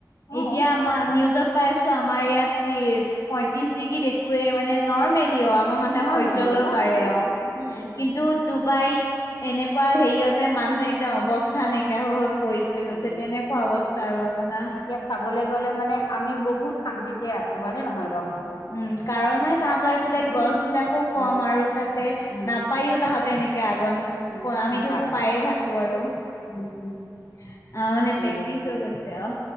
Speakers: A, on the left; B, on the left.
A: অ',
B: এতিয়া আমা নিউজত পাইছো আমাৰ ইয়াত কি পইয়ত্ৰিশ ডিগ্ৰীত একোৱে মানে নৰ্মেলি অআ আমা মানুহে
A: নৰ্মেলি
B: সহ্য কৰিব
A: হয়তো
B: পাৰে আ
A: উম,
B: কিন্তুত ডুবাইত এনেকুৱা হেৰিয়তে মানুহে একদম অৱস্থা নাইকিয়া হৈহৈ পৰি গৈছে
A: উম।
B: তেনেকুৱা অৱস্থা
A: উম
B: আৰু আপোনা
A: এতিয়া চাবলে গ'লে মানে আমি বহুত শান্তিতে আছো হয়নে নহয় বাৰু
B: উম কাৰণে তাহাঁতৰ এইফালে
A: উম।
B: গছ বিলাকো
A: উম,
B: কম আৰু তাতে
A: উম,
B: না পায়ো তাহাঁতে এনেকে আগণ
A: উম,
B: আমিতো
A: নাপায়
B: পায়ে থাকো আৰু আমাৰ
A: উম, উম,
B: মানে
A: একেই
B: প্ৰেকটিছ হৈ গৈছে অ